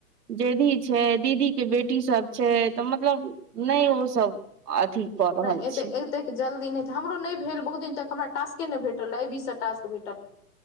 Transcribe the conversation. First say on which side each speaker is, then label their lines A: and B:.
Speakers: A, on the right; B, on the left.
A: जेधी छै दीदी के बेटी सब छै तऽ मतलब नहि ओ सब अथी कऽ रहल
B: नहि एते
A: छै
B: एते जल्दी नहि तऽ हमरो नहि भेल बहुत दिन तक हमराटास्के नहि भेटल अहि बीससँ टास्क भेटल